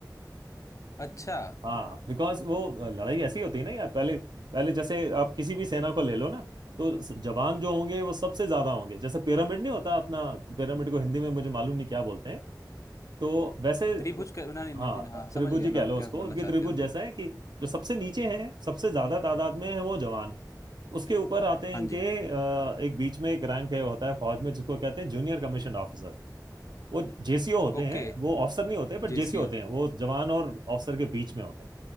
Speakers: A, on the left; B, on the right.
A: अच्छा
B: हाँ बिकॉज वो अ, लड़ाई ऐसी होती है ना यार पहले पहले जैसे आप किसी भी सेना को ले लो ना तो स- जवान जो होंगे वो सबसे ज्यादा होंगे जैसे पिरामिड नहीं होता अपना पिरामिड को हिंदी में मुझे मालूम नहीं क्या बोलते हैं तो वैसे
A: त्रिभुज
B: अ,
A: करना नहीं
B: हाँ
A: नहीं देना हाँ
B: त्रिभुज
A: समझ गया
B: ही
A: मैं
B: कह
A: आप
B: लो
A: क्या
B: उसको
A: बोलना
B: उसकी
A: चाहते
B: त्रिभुज
A: हो
B: जैसा है कि जो सबसे नीचे हैं सबसे ज्यादा तादाद में है वो जवान उसके ऊपर आते हैं
A: हाँ
B: इनके
A: जी
B: अ, एक बीच में एक रैंक है होता है फौज में जिसको कहते हैं जूनियर कमीशन ऑफिसर वो जेसीओ होते
A: ओके
B: हैं वो ऑफिसर नहीं होते बट
A: जेसीओ
B: जेसीओ होते हैं वो जवान और ऑफिसर के बीच में होते हैं